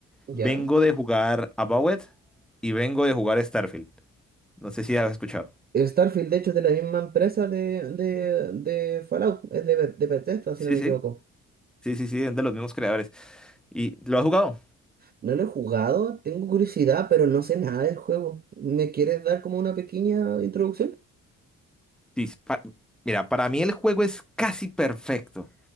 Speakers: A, on the right (about 30°); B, in the centre.
A: ¿Ya?
B: Vengo de jugar Avowed y vengo de jugar Starfield. No sé si has escuchado.
A: El Starfield, de hecho, es de la misma empresa de, de, de Fallout, es de, Be- de Bethesda,
B: Sí,
A: si no me
B: sí,
A: equivoco.
B: sí, sí, sí, es de los mismos creadores. ¿Y lo has jugado?
A: No lo he jugado, tengo curiosidad, pero no sé nada del juego. ¿Me quieres dar como una pequeña introducción?
B: Sí, pa- mira, para mí el juego es casi perfecto.